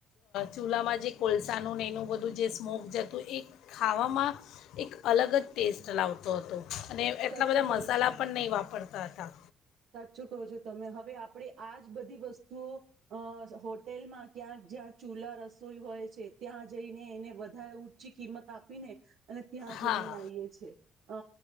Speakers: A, on the left; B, on the right.
A: ચૂલામાં જે કોલસાનું ને એનું બધું જે સ્મોક જતું એ ખાવામાં એક અલગ જ ટેસ્ટ લાવતો હતો. અને એટલા
B: સાચું
A: બધા
B: કહો
A: મસાલા
B: છો
A: પણ નહીં વાપરતા હતા.
B: સાચું કહો છો તમે હવે આપણે આજ બધી વસ્તુઓ અ હોટેલમાં ક્યાંક જ્યાં ચૂલા રસોઈ હોય છે, ત્યાં જઈને એને વધારે ઊંચી કિંમત આપીને અને ત્યાં
A: હા
B: જમીન આએ છે. અ